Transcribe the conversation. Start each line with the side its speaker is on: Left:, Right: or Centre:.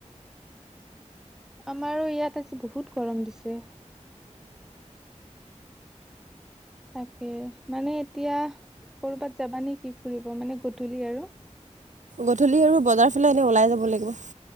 Centre: আমাৰো ইয়াত আজি বহুত গৰম দিছে। তাকে মানে এতিয়া কৰবাত যাবা নে কি? ফুৰিব মানে গধূলি আৰু
Right: গধূলি আৰু বজাৰ ফালে এনে ওলাই যাব লাগিব।